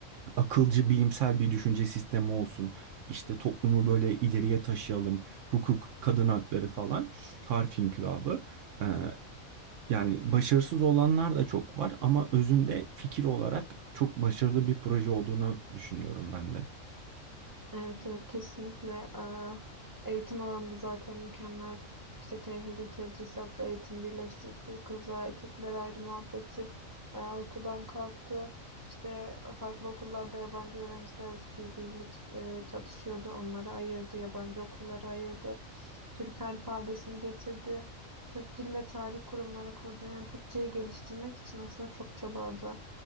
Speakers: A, on the right; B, on the right.
A: Akılcı bilimsel bir düşünce sistemi olsun. İşte toplumu böyle ileriye taşıyalım. Hukuk, kadın hakları falan. Harf inkılabı. E, yani başarısız olanlar da çok var ama özünde fikir olarak çok başarılı bir proje olduğunu düşünüyorum ben de.
B: Evet, evet kesinlikle. Aa, eğitim alanında zaten mükemmel. İşte tevhidi tedrisatla eğitim birleştirdi kızlar erkekler ayrı muhabbeti e, ortadan kalktı. İşte farklı okullarda yabancı öğrenciler birbiriyle e, çatışıyordu. Onları ayırdı, yabancı okulları ayırdı. Türk alfabesini getirdi. Türk Dil ve Tarih Kurumları kurdu. Yani Türkçeyi geliştirmek için aslında çok çabaladı.